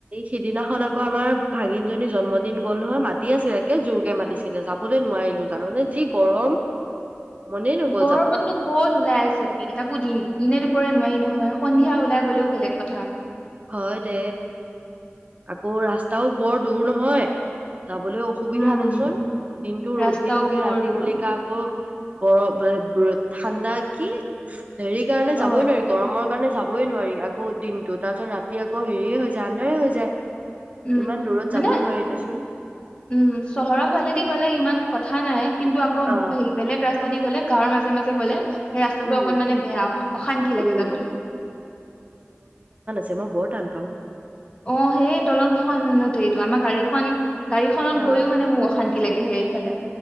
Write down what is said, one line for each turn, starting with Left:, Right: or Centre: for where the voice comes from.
Right: সিদিনাখন আকৌ আমাৰ ভাগিনজনী জন্মদিন গ'ল নহয় মাতি আছিলে একে জোৰকে মাতিছিলে যাবলৈ নোৱাৰিলো জাননে যি গৰম। মনেই নগ'ল
Left: গৰমতনো
Right: যাবলৈ
Left: ক'ত ওলাই যাবি তাকো দিন দিনে দুপ দুপৰে নোৱাৰি নহয় সন্ধিয়া ওলাই গলেও বেলেগ কথা।
Right: হয় দে আকৌ ৰাস্তাও বৰ দূৰ নহয়। যাবলৈ অসুবিধা
Left: উম
Right: দেচোন দিনটো ৰ'দ
Left: ৰাস্তাও
Right: দি থাকে
Left: বৰ
Right: ৰাতি
Left: দূৰ
Right: বেলিকা আকৌ গৰম ঠাণ্ডা কি হেৰি কাৰণে যাবই
Left: অ
Right: নোৱাৰি গৰমৰ কাৰণে যাব বই নোৱাৰি আকৌ দিনটো তাত তাৰপিছত ৰাতি আকৌ হেৰিয়ে হৈ যায় আন্ধাৰে হৈ যায়
Left: উম
Right: ইমান দূৰত যাবই
Left: মানে
Right: নোৱাৰি দেচোন
Left: উম চহৰ ফালেদি গ'লে ইমান কথা নাই কিন্তু আকৌ
Right: অ
Left: বেলেগ ৰাস গ' গাঁৱৰ মাজে মাজে মাজে গলে সেই ৰাস্তাটো
Right: উম
Left: অকন মানে বেয়া অশান্তি লাগে
Right: উম
Left: যাবলৈ
Right: যে মই বৰ টান পাওঁ
Left: অ সেই দলং কিখন এইটো আমাৰ গাড়ীখন গাড়ীখনত
Right: অ
Left: গৈয়ো মানে মোৰ অশান্তি লাগেহে ভালে